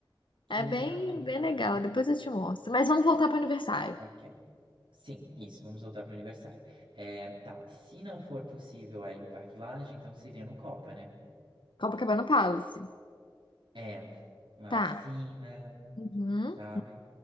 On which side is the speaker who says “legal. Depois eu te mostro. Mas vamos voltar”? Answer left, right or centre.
Left